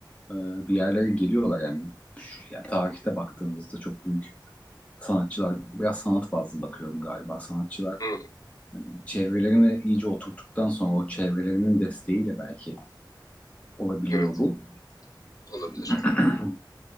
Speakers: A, on the left (about 15°); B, on the left (about 45°).
A: e, bir yerlere geliyorlar. Yani, şu- yani tarihte baktığımızda çok büyük sanatçılar, biraz sanat fazla bakıyorum galiba. Sanatçılar
B: Hı,
A: çevrelerini iyice oturttuktan sonra o çevrelerinin desteğiyle belki olabiliyor
B: evet
A: bu.
B: olabilir.
A: <clears throat>